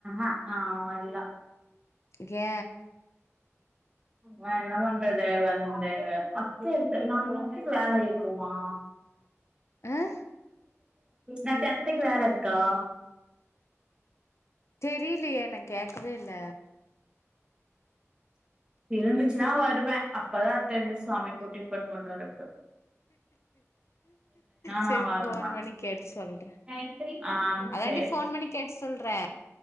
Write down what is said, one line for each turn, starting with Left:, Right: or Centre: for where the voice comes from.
Right: அ நா வரல
Left: ஏ
Right: நா என்ன பண்றது வந்து இருக்கு வேல இருக்குமா
Left: உம்
Right: நட்டு அத்தைக்கு வேல இருக்கா
Left: தெரிலயே நா கேக்கவே இல்ல
Right: இருந்துச்சுனா வருவே அப்பதா அத்தந்து சமைக்கு டிபன் பண்ணு இருக்கு
Left: செரி
Right: நா வர
Left: போன் பண்ணி கேட்டு சொல்றே
Right: மாட்டே ஆ
Left: அதாண்டி
Right: சேரி
Left: போன் பண்ணி கேட்டு சொல்றே